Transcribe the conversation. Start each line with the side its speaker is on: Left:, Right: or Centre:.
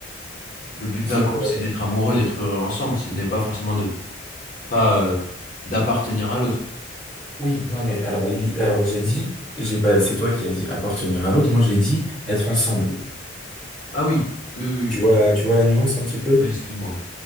Left: Le but d'un
Centre: C'est
Left: couple,
Centre: quoi?
Left: c'est d'être amoureux, d'être heureux ensemble, ce n'est pas forcément de pas euh, d'appartenir à l'autre.
Centre: Oui, non, mais alors, li- alors j'ai dit, j'ai pas, c'est toi qui as dit appartenir à l'autre. Moi, j'ai dit être ensemble.
Left: Ah oui, oui, oui, oui.
Centre: Tu vois, tu vois la nuance un petit peu?
Left: Ouais, excuse-moi.